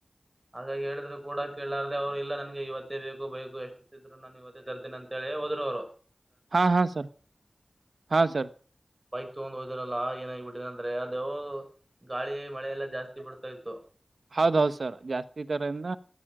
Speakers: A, on the right; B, on the right.
A: ಹಾಗಾಗಿ ಹೇಳಿದ್ರು ಕೂಡ ಕೇಳಲಾರ್ದೇ ಅವ್ರು ಇಲ್ಲ ನನ್ಗೆ ಇವತ್ತೇ ಬೇಕು ಬೈೇಕು ಎಷ್ಟುಿದ್ರು ನಾನು ಇವತ್ತೇ ತರ್ತೀನಿ ಅಂತ ಹೇಳಿ ಒದರ ವರ
B: ಹಾ ಹಾ ಸರ್ ಹಾ ಸರ್
A: ಬೈಕ್ ತೊಗೊಂಡ್ ಹೋದಿರಲ್ಲ ಏನಾಗಿಬಿಟ್ಟಿದೆ ಅಂದ್ರೆ ಅ ಗಾಳಿ ಮಳೆ ಎಲ್ಲಾ ಜಾಸ್ತಿ ಬಿಡ್ತಾ ಇತ್ತು
B: ಹೌದ ಹೌದು್ ಸರ್ ಜಾಸ್ತಿ ತರಿಂದ